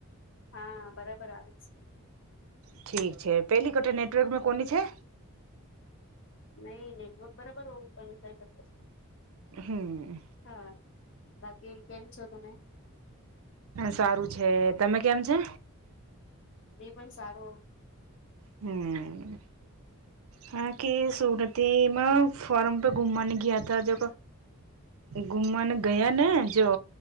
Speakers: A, on the left; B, on the right.
A: હા બરાબર આવે છે.
B: ઠીક છે પહેલી કટા નેટવર્કમાં કોને છે.
A: નહી નેટવર્ક બરાબર હોવું પણ કઈ કરતો
B: હમ
A: હા બાકી કેમ છો તમે.
B: સારું છે તમે કેમ છે.
A: એ પણ સારું.
B: હમ.
A: <inaudible>
B: હા કે સુરતીમાં ફારમ પે ઘુમાને ગયા ત જે. ઘુમાને ગયા ને જો.